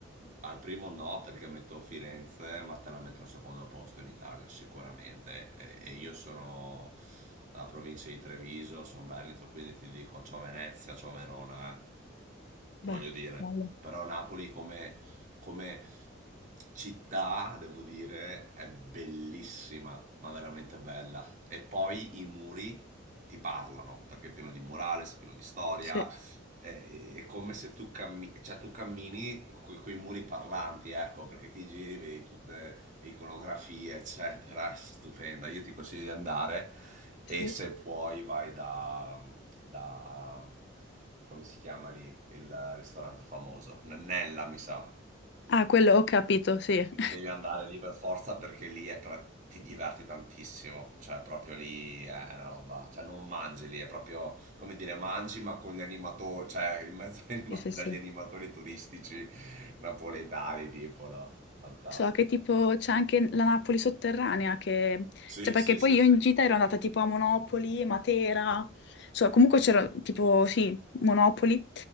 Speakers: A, on the right (about 35°); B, on the left (about 55°).
A: al primo no perché metto Firenze, ma te la metto al secondo posto in Italia sicuramente. E, e io sono la provincia di Treviso, sono Veneto, quindi ti dico c'ho Venezia, c'ho Verona. eh voglio
B: Beh,
A: dire,
B: bello.
A: però Napoli come, come città, devo dire, è bellissima, ma veramente bella. E poi i muri ti parlano, perché è pieno di murales, è pieno di storia,
B: Sì,
A: eh, è come se tu, cammi- cioè, tu cammini con i muri parlanti, ecco, perché ti giri, vedi tutte le iconografie, eccetera, è stupenda. Io ti consiglio di andare
B: sì.
A: e se puoi vai da, da come si chiama lì, il ristorante famoso, Nannella, mi sa.
B: Ah, quello ho capito, sì. <laughs>
A: Devi andare lì per forza perché lì è pre- ti diverti tantissimo, cioè proprio lì è una roba, cioè non mangi lì, è proprio come dire mangi ma con gli animatori, cioè in mezzo agli anima-
B: Sì, sì,
A: <laughs> dagli
B: sì.
A: animatori turistici napoletani tipo, no? Fantastico.
B: So che tipo c'è anche la Napoli sotterranea che...
A: Sì,
B: Cioè perché
A: sì,
B: poi
A: sì,
B: io
A: sì.
B: in gita ero andata tipo a Monopoli, Matera, so, comunque c'era tipo sì, Monopoli,